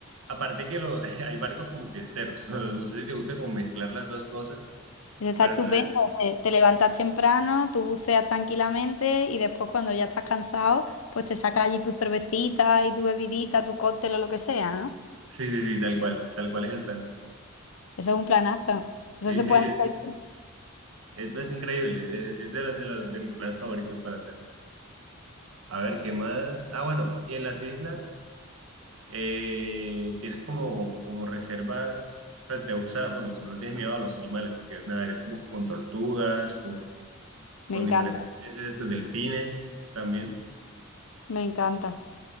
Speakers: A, on the right (about 80°); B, on the left (about 90°).
A: Aparte que lo, <laughs> hay barcos como fiesteros. <laughs> No sé si te gusta como mezclar las dos cosas,
B: Eso está
A: pero
B: estupendo.
A: entonces,
B: Te, te levantas temprano, tú buceas tranquilamente y después cuando ya estás cansado, pues te sacas allí tu cervecita y tu bebidita, tu cóctel o lo que sea, ¿no?
A: sí, sí, sí, tal cual, tal cual es el plan.
B: Eso es un planazo.
A: Sí,
B: Eso se
A: sí,
B: puede hacer.
A: Es, no, es increíble, es, es de, las de, las- de mis planes favoritos para hacer. A ver, ¿qué más? Ah, bueno, y en las islas eh, tienes como, como reservas, o sea, te gusta, bueno, si no le tienes miedo a los animales, porque nada, eres como con tortugas, con, con
B: Me encanta,
A: diferentes peces, delfines también.
B: me encanta.